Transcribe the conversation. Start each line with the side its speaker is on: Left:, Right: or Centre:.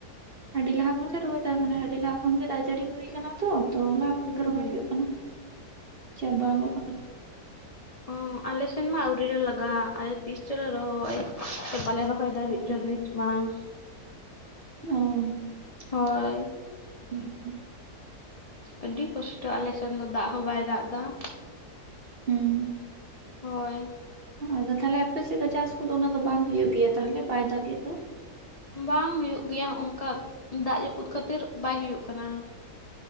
Right: ᱟᱹᱰᱤ ᱞᱟᱦᱟ ᱠᱷᱚᱱᱞᱮ ᱨᱚᱦᱚᱭᱮᱫᱟ ᱢᱟᱱᱮ ᱟᱹᱰᱤ ᱞᱟᱦᱟ ᱠᱷᱚᱱᱜᱮ ᱫᱟᱜ ᱡᱟᱹᱲᱤ ᱦᱩᱭ ᱟᱠᱟᱱᱟ ᱛᱚ ᱛᱚ ᱚᱱᱟ
Left: ᱦᱩᱸ
Right: <unintelligible> ᱨᱚᱦᱚᱭ ᱦᱩᱭᱩᱜ
Left: ᱦᱩᱸ
Right: ᱠᱟᱱᱟ᱾ ᱪᱟᱵᱟ ᱜᱚᱫ ᱟᱠᱟᱱᱟ᱾
Left: ᱦᱚᱸ ᱟᱞᱮᱥᱮᱱ ᱢᱟ ᱟᱹᱣᱨᱤ ᱞᱮ ᱞᱟᱜᱟᱜᱼᱟ ᱟᱞᱮ ᱛᱤᱥ ᱪᱚᱞᱮ ᱨᱚᱦᱚᱭ ᱥᱮ ᱵᱟᱞᱮ ᱨᱚᱦᱚᱭ ᱨᱚᱦᱚᱭ ᱫᱟᱲᱮ
Right: ᱚ
Left: ᱪᱚ ᱵᱮᱥ ᱢᱟ <inaudible>
Right: ᱚᱸ
Left: ᱦᱳᱭ
Right: <unintelligible>
Left: ᱟᱹᱰᱤ ᱠᱚᱥᱴᱚ ᱟᱞᱮᱥᱮᱱ ᱫᱚ ᱫᱟᱜ ᱦᱚᱸ ᱵᱟᱭ ᱫᱟᱜ ᱮᱫᱟ ᱾
Right: ᱦᱩᱸ
Left: ᱦᱳᱭ
Right: ᱟᱫᱚ ᱛᱟᱦᱞᱮ ᱟᱯᱮᱥᱮᱫ ᱫᱚ ᱪᱟᱥ ᱠᱚᱫᱚ ᱩᱱᱟᱹᱜ ᱫᱚ ᱵᱟᱝ ᱦᱩᱭᱩᱜ ᱜᱮᱭᱟ ᱛᱟᱦᱞᱮ ᱵᱟᱭ ᱫᱟᱜᱮᱫ ᱫᱚ
Left: ᱵᱟᱝ ᱦᱩᱭᱩᱜ ᱜᱮᱭᱟ ᱚᱝᱠᱟ ᱫᱟᱜ ᱡᱟᱹᱯᱩᱫ ᱠᱷᱟᱹᱛᱤᱨ ᱵᱟᱭ ᱦᱩᱭᱩᱜ ᱠᱟᱱᱟ ᱾